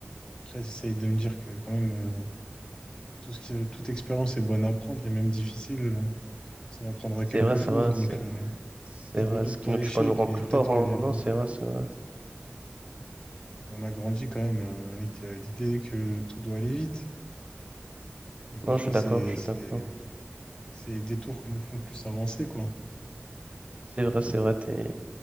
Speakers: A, on the left; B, on the right.
A: Après, j'essaye de me dire que quand même, euh, tout ce qui, toute expérience est bonne à prendre et même difficile, euh, ça m'apprendra
B: C'est
A: quelque
B: vrai, c'est
A: chose.
B: vrai,
A: Donc,
B: c'est
A: euh,
B: c'est
A: je
B: vrai.
A: redoute
B: Ce qui
A: pas
B: nous
A: l'échec,
B: tue pas nous rend
A: mais
B: plus
A: peut-être
B: forts,
A: que
B: hein. Non, c'est vrai, c'est vrai.
A: on a grandi quand même euh, avec euh, l'idée que tout doit aller vite. Et parfois,
B: Non, je suis d'accord,
A: c'est,
B: je suis
A: c'est,
B: d'accord.
A: c'est les détours qui nous font plus avancer, quoi.
B: C'est vrai, c'est vrai, t'es